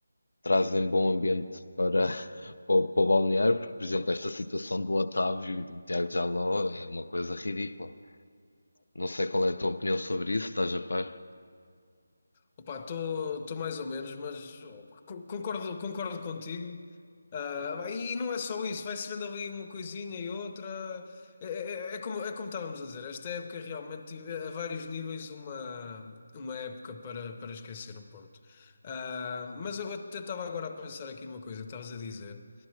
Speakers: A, on the left; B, on the left.
A: trazem bom ambiente para, <laughs> para, o, para o balneário, porque, por exemplo, esta situação do Otávio e do Tiago Jaló é uma coisa ridícula. Não sei qual é a tua opinião sobre isso, estás a par?
B: Opa, estou mais ou menos, mas oh, co- concordo, concordo contigo. Ah, e não é só isso, vai-se vendo ali uma coisinha e outra. É, é- é é como, é como estávamos a dizer, esta época realmente, a vários níveis, uma, uma época para, para esquecer no Porto. Ah, mas eu até estava agora a pensar aqui numa coisa que estavas a dizer.